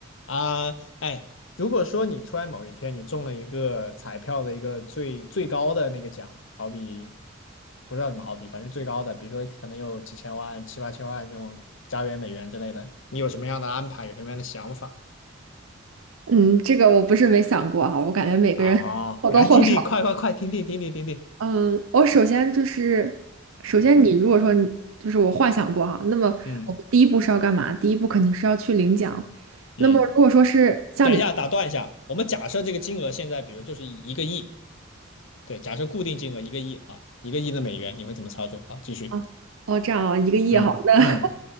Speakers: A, on the left; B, on the right.
A: 啊，哎，如果说你突然某一天你中了一个彩票的一个最最高的那个奖，好比不知道怎么好比，反正最高的，比如说可能有几千万、七八千万这种加元、美元之类的，你有什么样的安排，有什么样的想法
B: 嗯，这个我不是没想过哈，我感觉每个人
A: 啊？
B: <laughs> 或多或少。
A: 来听听，快快快，听听听听听听，
B: 嗯，我首先就是，首先你如果说你就是我幻想过哈，
A: 嗯
B: 那么我们第一步是要干嘛？
A: 嗯
B: 第一步肯定是要去领奖。
A: 嗯，
B: 那么如果说是像你
A: 等一下，打断一下，我们假设这个金额现在，比如就是一一个亿，对，假设固定金额一个亿啊，一个亿的美元，你会怎么操作？好，继续，
B: 啊，哦这样啊，一个亿哈，
A: 嗯嗯，
B: 那